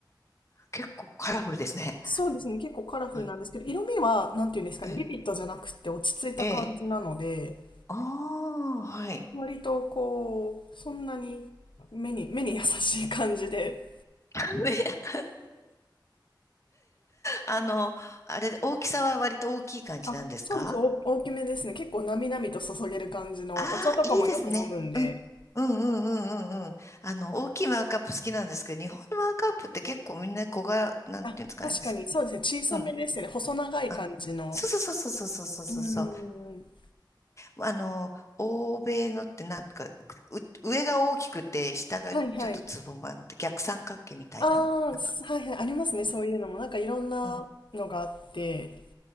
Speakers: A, on the left; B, on the left.
A: 結構カラフルですね。
B: そうですね、結構カラフルなんですけど、
A: うん。
B: 色味は、なんて言うんですかね、
A: ええ。
B: ビビットじゃなくて落ち着いた感じなので、
A: ええ。ああ、はい。
B: 割とこう、そんなに目に、目に優しい感じで。
A: <laughs> あの、あれ、大きさは割と大きい感じなんですか
B: あ、そうです。お大きめですね。結構なみなみと注げる感じの、
A: ああいいですね。
B: お茶とかもよく飲むんで。
A: うん。うんうんうんうんうん。あの、大きいマグカップ好きなんですけど、日本のマグカップって結構みんな小柄、なんていうんですかね。
B: あ、確かに、
A: す
B: そうですね。小さめですね。
A: うん。
B: 細長い感じの。
A: あ、そうそうそうそうそうそうそうそう。
B: うーん。
A: あの、欧米のってなんか、う上が大きくて、下がちょっとつぼまっ逆三角形みたいな。
B: はいはい。ああ、
A: なんか、
B: すはいはい。ありますね。そういうのも。なんかいろんなのがあって。
A: うん。